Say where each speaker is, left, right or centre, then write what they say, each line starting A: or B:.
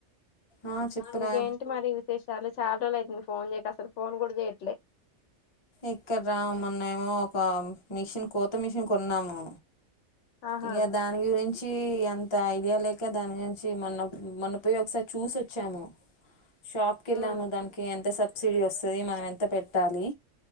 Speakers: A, on the left; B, on the left.
A: ఆ, చెప్పురా
B: ఇంకేంటి మరి విశేషాలు చాలా రోజులు అయితుంది ఫోన్ చేయక అసలు ఫోన్ కూడా చేయట్లే
A: ఎక్కడ్రా మొన్నేమో ఒక మిషన్ కోత మిషన్ కొన్నాము
B: ఆహా
A: ఇక దాని గురిం చి అంత ఐడియా లేక దాని గురించి మొన మొన్న పోయ్ ఒకసారి చూసొచ్చాము షాప్కి వెళ్ళాము
B: ఉమ్
A: దానికి ఎంత సబ్సిడీ వస్తది మనం ఎంత పెట్టాలి